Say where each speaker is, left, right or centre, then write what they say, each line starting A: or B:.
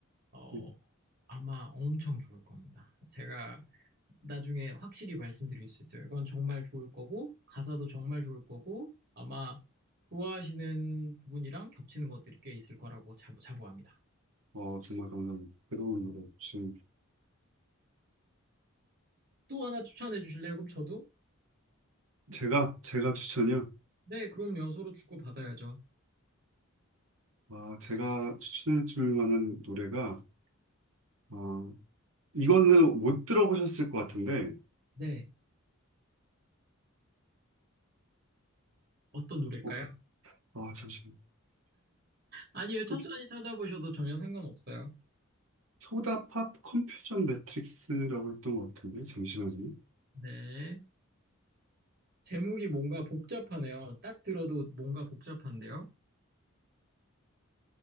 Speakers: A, on the right (about 50°); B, on the right (about 80°).
A: 어,
B: 네.
A: 아마 엄청 좋을 겁니다. 제가 나중에 확실히 말씀드릴 수 있어요. 이건 정말 좋을 거고, 가사도 정말 좋을 거고, 아마 좋아하시는 부분이랑 겹치는 것들이 꽤 있을 거라고 자부, 자부합니다.
B: 어, 정말 감사합니다. 새로운 노래 주신
A: 또 하나 추천해 주실래요? 그럼 저도?
B: 제가 제가 추천이요.
A: 네, 그럼요. 서로 주고받아야죠.
B: 아, 제가 추천해 줄 만한 노래가 아, 이거는 못 들어보셨을 것 같은데
A: 네. 어떤 노래일까요?
B: 어, 아, 잠시만요.
A: 아니에요. 천천히
B: 그
A: 찾아보셔도 전혀 상관없어요.
B: 소다팝 컴퓨전 매트릭스라고 했던 것 같은데 잠시만요.
A: 네. 제목이 뭔가 복잡하네요. 딱 들어도 뭔가 복잡한데요.